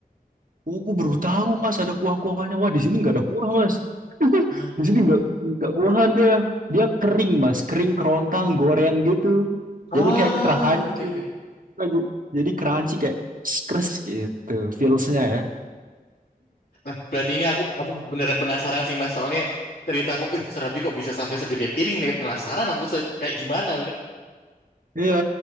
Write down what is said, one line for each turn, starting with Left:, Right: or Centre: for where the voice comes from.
Right: oh, aku baru tahu, Mas, ada kuah-kuahnya. Wah, di sini enggak ada kuah, Mas.
Left: Ah,
Right: Di sini nggak nggak kuahan dia. Dia kering mas, kering kerontang, goreng gitu.
Left: ah,
Right: Jadi kayak crunchy.
Left: oke oke.
Right: Jadi jadi crunchy kayak skres gitu feelsnya ya.
Left: Nah, berarti ini aku aku beneran penasaran sih Mas. Soalnya cerita kok, ih, serabi kok bisa sampai segede piring nih. Penasaran aku se- kayak gimana,
Right: Iya.